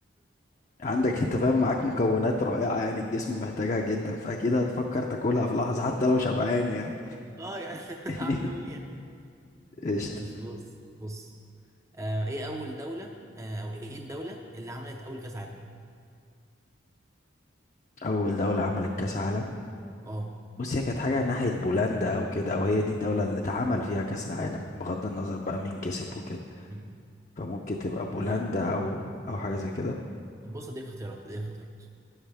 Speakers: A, on the left; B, on the right.
A: عندك انت فاهم معاك مكونات رائعة يعني الجسم محتاجها جدا فأكيد هتفكر تاكلها في لحظة حتى لو شبعان يعني
B: اه يعني
A: <laughs>
B: اعمل بيهم ايه يعني؟
A: قشطة
B: ماشي بص بص آه ايه اول دوله آه او ايه الدوله اللي عملت اول كاس عالم
A: أول دولة عملت كأس عالم
B: اه
A: بص هي كانت حاجة ناحية بولندا أو كده أو هي دي الدولة اللي اتعمل فيها كأس العالم بغض النظر بقى مين كسب وكده
B: مم.
A: فممكن تبقى بولندا
B: لا
A: أو أو حاجة زي كده
B: بص اديك اختيارات اديك اختيارات